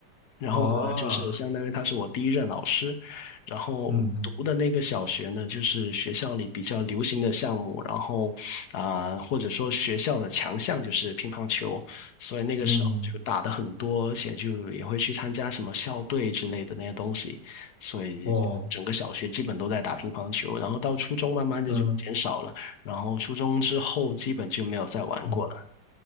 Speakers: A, on the left; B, on the left.
A: 然后呢，
B: 哦，
A: 就是相当于他是我第一任老师，然后我读的那个小学呢，
B: 嗯嗯。
A: 就是学校里比较流行的项目，然后啊、或者说学校的强项就是乒乓球，所以那个时候就打的很多，
B: 嗯，
A: 而且就也会去参加什么校队之类的那些东西，所以就整个小学基本都在打乒乓球，
B: 哦，
A: 然后到初中慢慢的就减少了，
B: 嗯，
A: 然后初中之后基本就没有再玩过了。
B: 嗯，